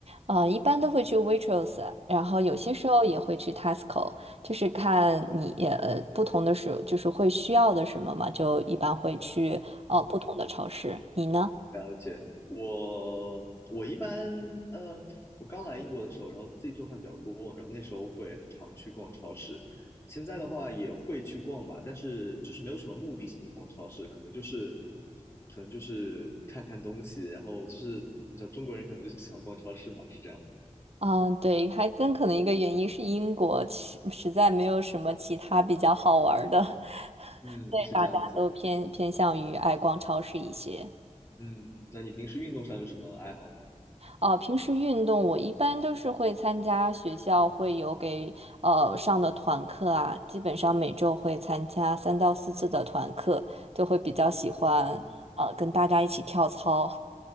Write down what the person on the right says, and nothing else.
啊，一般都会去 Waitrose，然后有些时候也会去 Tesco，就是看你呃不同的时，就是会需要的什么嘛，就一般会去呃不同的超市，
你呢？
嗯，对，还更可能一个原因是英国实实在没有什么其他比较好玩儿的，<laughs>
所以大家都偏偏向于爱逛超市一些。
哦，平时运动我一般都是会参加学校会有给呃上的团课啊，基本上每周会参加三到四次的团课，就会比较喜欢呃跟大家一起跳操。